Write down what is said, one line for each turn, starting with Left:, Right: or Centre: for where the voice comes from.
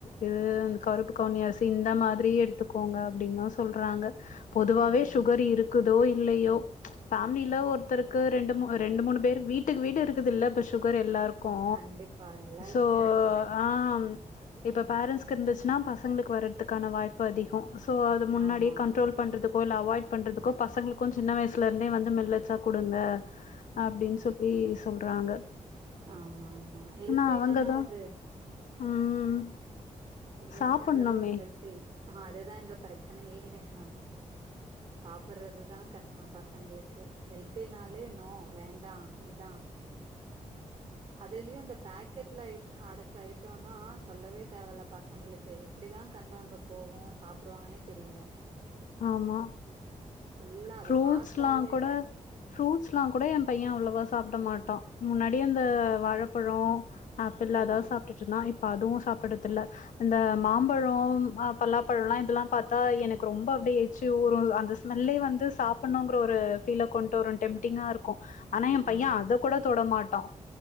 Left: இது கருப்பு கவுன்னி அரிசி இந்த மாதிரி எத்துக்கோங்க அப்டின்தா சொல்றாங்க பொதுவாவே
Right: ம்.
Left: சுகர் இருக்குதோ இல்லையோ ஃபேம்லில ஒருத்தருக்கு ரெண்டு ரெண்டு மூணு பேர் வீட்டுக்கு வீடு இருக்குது இல்ல இப்ப சுகர் எல்லாருக் கு
Right: கண்டிப்பா. எல்லாருக்குமே
Left: சோ
Right: இருக்கு.
Left: அதா இப்போ பேரண்ட்ஸ்க்கு இருந்துச்சுன்னா பசங்களுக்கு வர்றதுக்கான வாய்ப்பு அதிகோ ஸோ அது முன்னாடியே
Right: ஆமா.
Left: கண்ட்ரோல் பண்ணுறதுக்கோ இல்ல அவாய்ட் பண்றதுக்கோ பசங்ளுக்கு சின்ன வயசுல இருந்தே வந்து மில்லட்ஸ்ஸ குடுங்க அப்டின் சொல்லி சொல்றாங்க
Right: ஆமா ஆமா ஆமா ஹெல்த்தி
Left: ஆனா அவங்க
Right: தான
Left: தா
Right: அது.
Left: ம்‌ ம்
Right: மில்லட்ஸ்சுன்றது
Left: சாப்புட்ணுமே
Right: ஒரு ஹெல்தி ஆ அதுதா இங்க பிரச்சனையே அ <inaudible> சாப்புட்றது தா கஷ்டோ பசங்ளுக்கு ஹெல்த்தினாலே நோ வேண்டா இதா அதுலியு இந்த பேக்கெட்ல அடைச்ச ஐட்டம்னா சொல்லவே தேவல பசங்களுக்கு எப்டிதா கண்ணு அங்க போகு சாப்டுவாங்கன்னே தெரில
Left: ஆமா
Right: ஃபுல்லா அத
Left: ஃப்ரூட்ஸ்லா
Right: பார்த்தாலே
Left: கூட ஃப்ரூட்ஸ்ல்லா கூட எ பைய அவ்ளவோ சாப்ட மாட்டா முன்னாடி அந்த
Right: ம்.
Left: வாழைப்பழோ ஆப்பிள்ளதா
Right: ம்.
Left: சாப்ட்டுட்டு இருந்தா இப்ப அதுவு சாப்புடுறதில்ல இந்த
Right: ம்.
Left: மா ம்பழோ பலாப்பழோ இதெல்லா பாத்தா எனக்கு ரொம்ப அப்டியே ஏச்சு ஊரு அந்த ஸ்மெல்லே வந்து சாப்புட்ணுங்ற ஒரு ஃப்பீல கொண்டு வரு டெம்டிங்கா இருக்கு ஆனா எ
Right: ஆ.
Left: பைய அத கூட தொடமாட்டா